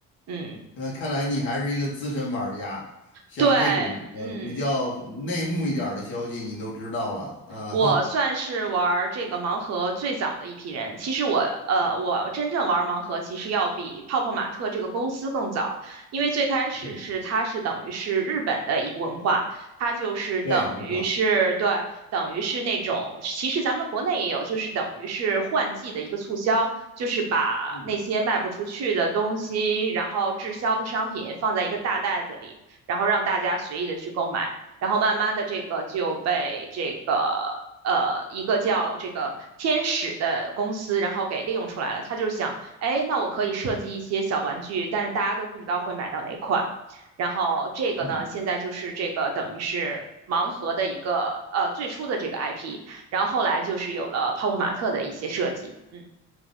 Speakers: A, on the right; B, on the left.
A: 嗯。
B: 那看来你还是一个资深玩家，像这种呃比较内幕一点儿的消息你都知道了，
A: 对，嗯，
B: 啊、
A: 我算是玩儿这个盲盒最早的一批人。其实我，呃，我真正玩儿盲盒其实要比泡泡玛特这个公司更早，因为最开始是它是等于是日本的一个文化，
B: <laughs>
A: 它就是等于是对，
B: 对，没错儿
A: 等于是那种，其实咱们国内也有，就是等于是换季的一个促销，就是把那些卖不出去的东西，
B: 嗯
A: 然后滞销的商品放在一个大袋子里，然后让大家随意的去购买。然后慢慢的这个就被这个呃一个叫这个天使的公司，然后给利用出来了。他就想，哎，那我可以设计一些小玩具，但是大家都不知道会买到哪款。然后这个呢，
B: 嗯。
A: 现在就是这个等于是盲盒的一个呃最初的这个 IP，然后后来就是有了泡泡玛特的一些设计，嗯